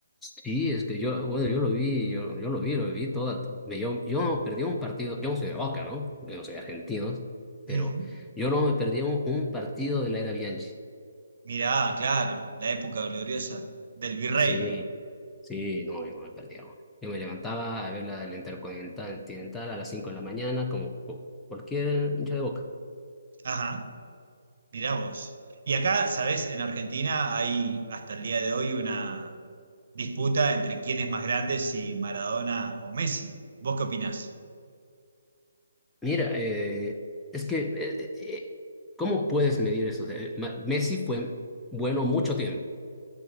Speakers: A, in the centre; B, on the right (about 55°).
A: Sí, es que yo, bueno, yo lo vi, yo, yo lo vi, lo vi toda. me- Yo, yo no perdí un partido, yo no soy de Boca, ¿no? Yo no soy argentino, pero
B: Ujú.
A: yo no me perdí un, un partido de la era Bianchi.
B: Mirá, claro, la época gloriosa del virrey.
A: Sí, sí, no, yo no me perdía uno. Yo me levantaba a ver la, la Intercontinental Continental a las 5 de la mañana, como cu- cualquier hincha de Boca.
B: Ajá. Mirá vos. Y acá, sabés, en Argentina hay hasta el día de hoy una disputa entre quién es más grande, si Maradona o Messi. ¿Vos qué opinás?
A: Mira, eh, es que, eh, eh, eh, ¿cómo puedes medir eso? O sea, eh, Ma- Messi fue bueno mucho tiempo,